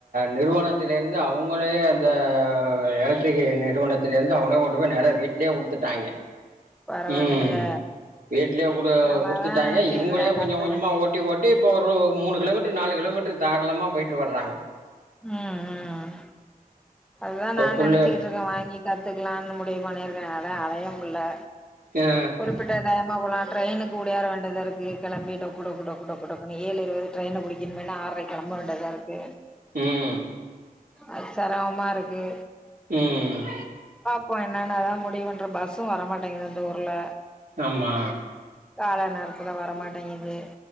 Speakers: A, on the right (about 65°); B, in the centre.
A: நிறுவனத் துல இருந்து அவங்களே அந்த எலக்ட்ரிக் நிறுவனத்தில இருந்து அவனே கொண்டு போய் நெறைய வீட்லயே குடுத்துட்டாய்ங்க
B: பரவாயில்லையே
A: ம் வீட்லயே குட
B: நாம
A: குடுத்துட்டாங்க
B: அதா நெனச்சிட்டு
A: இவ்ங்களே
B: இருக்கே
A: கொஞ்ச
B: கத்துவோ
A: கொஞ்சமா ஓட்டி ஓட்டி ஒ ஒரு மூணு கிலோமீட்டர் நாலு கிலோமீட்டர் தாராளமா போயிட்டு வர்றாங்க
B: ம் ம் அதுதா
A: இப்போ
B: நான்
A: புள்ள
B: நெனைச்சிக்ட்டுருக்க வாங்கி கி கத்துக்கலானு முடிவு பண்ணியிருக்கே என்னால அலைய முல
A: ஆ
B: குறிப்பிட்ட டையமா போலா ட்ரெயினுக்கு ஓடியார வேண் டியதா இருக்கு கெழம்பி டொக்கு டொக்கு டொக்கு டொக் டொடக்குனு ஏழு இருவது ட்ரெயின புடிக்கனுமன்னு ஆறரைக் கெழம்ப வேண்டதா இருக்கு
A: உம்
B: அது செரம் மாருக்கு
A: ம்
B: இப்போ என்னன்னா அதா முடிவுன்ற பஸ்ஸு வரமாட்டேங்குது அந்த ஊர்ல
A: ஆமா
B: கால நேரத்துல வரமாட்டேங்குது